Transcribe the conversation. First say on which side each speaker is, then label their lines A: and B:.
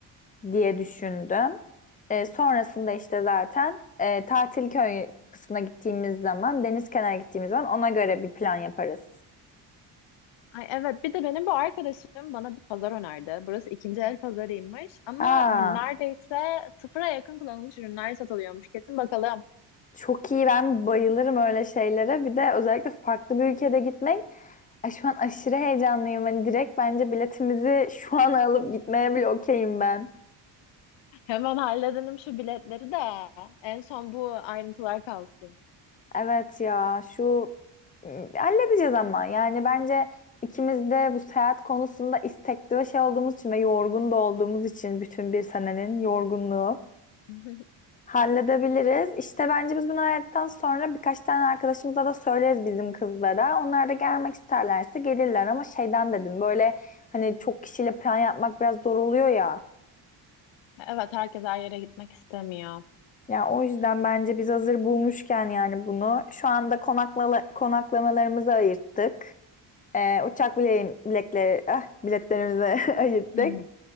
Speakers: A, on the left; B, on the left.
A: diye düşündüm. E, sonrasında işte zaten e, tatil köy kısmına gittiğimiz zaman, deniz kenarına gittiğimiz zaman ona göre bir plan yaparız.
B: Ay evet bir de benim bu arkadaşım bana bir pazar önerdi. Burası ikinci el pazarıymış ama
A: Aa,
B: neredeyse sıfıra yakın kullanılmış ürünler satılıyormuş. Kesin bakalım.
A: çok iyi ben bayılırım öyle şeylere. Bir de özellikle farklı bir ülkede gitmek. Ay, şu an aşırı heyecanlıyım. Hani direkt bence biletimizi şu an <laughs> alıp gitmeye bile okeyim ben.
B: Hemen halledelim şu biletleri de en son bu ayrıntılar kalsın.
A: Evet ya şu m, halledeceğiz ama yani bence ikimiz de bu seyahat konusunda istekli ve şey olduğumuz için ve yorgun da olduğumuz için bütün bir senenin yorgunluğu
B: <laughs>
A: halledebiliriz. İşte bence biz bunu hallettikten sonra birkaç tane arkadaşımıza da söyleriz bizim kızlara. Onlar da gelmek isterlerse gelirler ama şeyden dedim böyle hani çok kişiyle plan yapmak biraz zor oluyor ya.
B: Evet herkes her yere gitmek istemiyor.
A: Ya o yüzden bence biz hazır bulmuşken yani bunu şu anda konakla konaklamalarımızı ayırttık. Ee, uçak bile bilekleri, ah, biletlerimizi <laughs> ayırttık.
B: Hmm.